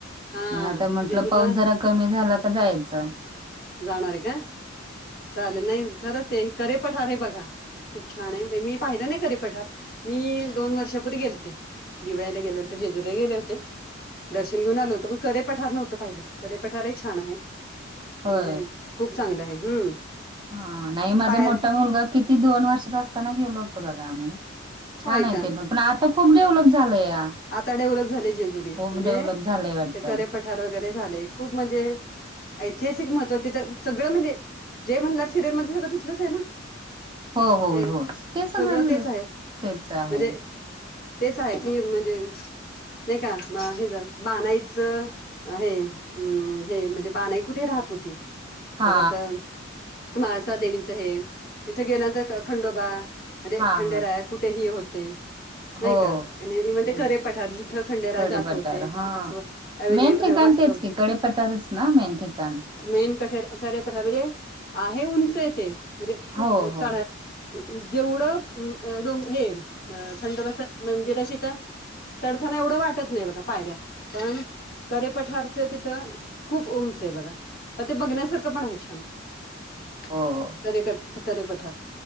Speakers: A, on the left; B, on the right.
A: हा
B: मग आता म्हंटलं
A: जेजूला
B: पाऊस जरा कमी झाला का जायचं.
A: जाणार आहे का चालेल नाही खरंच आहे करेपठारे बघा. खूप छान आहे मी पाहिलं नाही करे पठार मी दोन वर्षापूर्वी गेलते. दिवाळायाला गेल्यानंतर जेजूरे गेले होते. दर्शन घेऊन आलो होतंण करे पठार नव्हतं पहिलं करेपठारही छान आहे.
B: होय
A: म्हणजे खूप चांगलं आहे हम्म
B: हा नाही माझा
A: पायर
B: मोठा मुलगा किती त दोन वर्ष असताना गेलो होतं बघा आम्ही
A: होय
B: छान आहे
A: का
B: ते पण. पण आता खूप डेव्हलप झालंय या
A: आता डेव्हलप झाले जेजुरी
B: खूप
A: म्हणजे
B: डेव्हलप झालंय वाटत.
A: ते करे वगैरे झाले खूप म्हणजे ऐतिहासिक महत्त्वा ते तर सगळं म्हणजे जय मण्हार सिरियल मध्ये सगळं तिथलंच आहे ना.
B: हो हो
A: हे
B: होच ते सगळ
A: सगळं तेच आहे
B: तेच आहेत.
A: म्हणजे तेच आहे की म्हणजे नाही का हेज बाणाईच हे अम् हे म्हणजे बानाई कुठे राहत होती.
B: हा
A: परत माळसा देवीच हे तिथं गेल्यानंतर खंडोबा म्हणजे
B: हा हा
A: खंडेराय कुठेही होते. नाही
B: हो.
A: का म्हण ते
B: हम्म
A: करे पठार जिथं खंडेरा
B: कडी
A: जात
B: पटार
A: होते
B: हा
A: अस अ म्हणजे
B: मेन ठिकाण
A: वास्तव
B: तेच की कडेपटारच ना मेन ठिकाण
A: मेन <unintelligible> म्हणजे आहे उंच ते. म्हणजे खूपढ
B: हो हो.
A: जेवढं डोंग हे थंडस. मंदिराशी तर चढताना एवढं वाटत नाही बघा पायऱ्या पण करे पठारच तिथं खूप उंच आहे बघा प ते बघण्यासारखं पण आहे छान. <inaudible>
B: हो हो.
A: करे करेपठार